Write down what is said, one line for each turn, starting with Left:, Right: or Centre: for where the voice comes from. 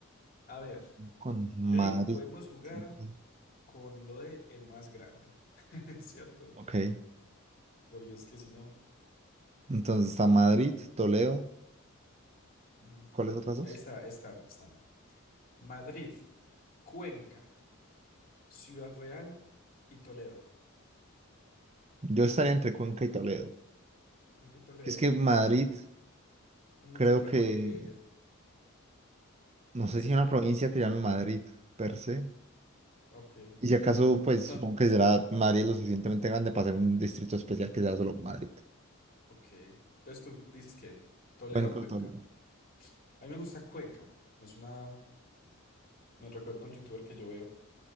Left: A ver,
Right: Con Madrid.
Left: yo digo, podemos jugar
Right: ujú,
Left: con lo de el más grande, <laughs> ¿cierto?
Right: Ok.
Left: Porque es que si no,
Right: Entonces está Madrid, Toledo.
Left: ujú,
Right: ¿Cuáles otras
Left: no,
Right: dos?
Left: está, están, están. Madrid, Cuenca, Ciudad Real y Toledo.
Right: Yo estaría entre Cuenca y Toledo.
Left: Cuenca y Toledo.
Right: Es que Madrid,
Left: Muy
Right: creo
Left: central
Right: que,
Left: para que,
Right: no
Left: para
Right: sé
Left: que esté.
Right: si hay una provincia que llame Madrid, per se.
Left: Ok.
Right: Y si acaso, pues
Left: Don,
Right: supongo que será Madrid lo suficientemente grande para ser un distrito especial que sea solo Madrid.
Left: ok. Entonces tú dices que Toledo
Right: Cuenca
Left: o Cuenca.
Right: o Toledo.
Left: A mí me gusta Cuenca. Es una, me recuerda a un youtuber que yo veo.